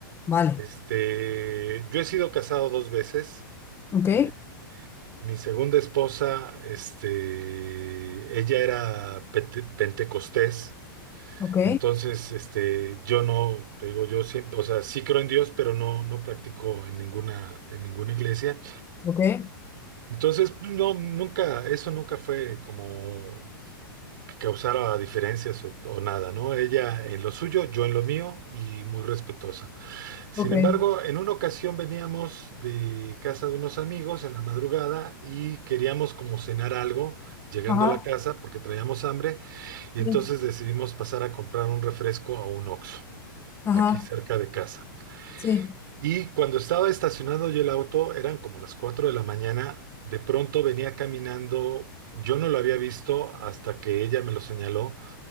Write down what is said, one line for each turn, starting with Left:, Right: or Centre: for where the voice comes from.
Left: Vale.
Right: Este, yo he sido casado dos veces.
Left: Ok,
Right: Eh, mi segunda esposa, este, ella era pente- pentecostés.
Left: ok,
Right: Entonces, este, yo no, te digo, yo siempre, o sea, sí creo en Dios, pero no, no practico en ninguna, en ninguna iglesia.
Left: ok,
Right: Entonces, no, nunca, eso nunca fue como que causara diferencias o, o nada, ¿no? Ella en lo suyo, yo en lo mío y muy respetuosa. Sin
Left: ok.
Right: embargo, en una ocasión veníamos de casa de unos amigos en la madrugada y queríamos como cenar algo llegando
Left: Ajá.
Right: a la casa porque traíamos hambre y
Left: Sí.
Right: entonces decidimos pasar a comprar un refresco a un Oxxo,
Left: Ajá.
Right: aquí cerca de casa.
Left: Sí.
Right: Y cuando estaba estacionado yo el auto, eran como las cuatro de la mañana, de pronto venía caminando, yo no lo había visto hasta que ella me lo señaló,